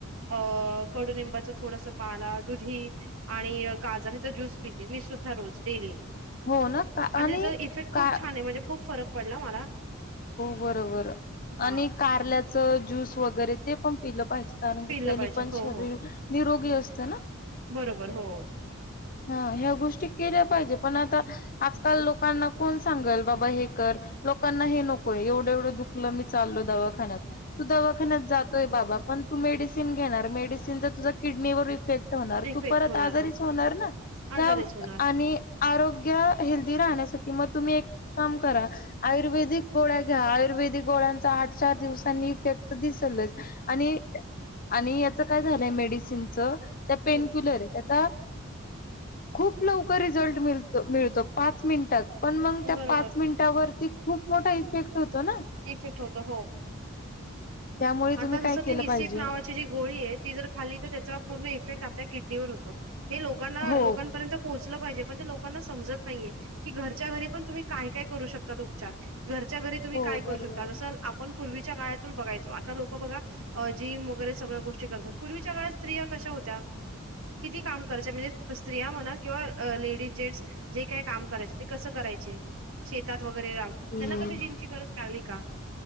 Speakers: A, on the right; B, on the left.
A: अ कडूनिंबाचं थोडंसं मला दुधी आणि गाजराचा ज्यूस पिते मी सुद्धा रोज डेली‌. आणि
B: हो ना का आणि
A: त्याचा इफेक्ट खूप
B: का
A: छान आहे म्हणजे खूप फरक पडला मला.
B: बर बर
A: हा
B: आणि कारल्याच ज्यूस वैगरे ते पण पिलं पाहिजे. कारनकी
A: पिलं
B: त्यानी
A: पाहिजे
B: पण
A: हो
B: शरीर
A: हो
B: निरोग असतं ना?
A: बरोबर हो.
B: हा ह्या गोष्टी केल्या पाहिजेत पण आता आजकाल लोकांना कोण सांगल बाबा हे कर लोकांना हे नकोय एवढं एवढं दुखलं मी चालो दवाखान्यात तू दवाखान्यात जातोय बाबा पण तू मेडिसिन घेणार मेडिसिनचा तुझा किडनीवर इफेक्ट होणार
A: इफेक्ट
B: तू परत
A: होणार
B: आजारीच
A: हो
B: होणार ना <unintelligible>
A: आजारीच होणार
B: आणि आरोग्य हेल्दी राहण्यासाठी म तुम्ही एक काम करा आयुर्वेदिक गोळ्या घ्या. आयुर्वेदिक गोळ्यांचा आठ चार दिवसांनी इफेक्ट दिसेलच. आणि आणि याच काय झालंय मेडिसिनच त्या पेनक्युलर
A: हम्म
B: ये त्याचा खूप लवकर रिझल्ट मिलतो मिळतो पाच मिनिटात पण मंग त्या
A: बरोबर
B: पाच मिनिटावरती खूप मोठा इफेक्ट होतो ना?
A: इफेक्ट होतो हो.
B: त्यामुळे
A: आता
B: तुम्ही काय
A: जसं
B: केलं
A: ती निसिफ
B: पाहिजे
A: नावाची जी गोळी आहे. ती जर खाली तर त्याच्यावर पूर्ण इफेक्ट आप किडनीवर होतो. हे लोकांना
B: हो.
A: लोकांपर्यंत पोहोचलं पाहिजे. पण ते लोकांना समजत नाहीये की घरच्या घरी पण तुम्ही काय काय करू शकतात उपचार. घरच्या घरी तुम्ही
B: हो
A: काय
B: बरोबर.
A: करू शकता. जसं आपण पूर्वीच्या काळात पण बघायचो आत ता लोक बघा जिम वगैरे सगळ्या गोष्टी करतात. पूर्वीच्या काळात स्त्रिया कशा होत्या? किती काम करायच्या.? म्हणजे स्त्रिया म्हणा किंवा लेडीज जेंट्स जे काय काम करायचे ते कस करायचे. शेतात वगैरे जाऊन
B: हम्म
A: त्यांना कधी जिमची गरज लागली का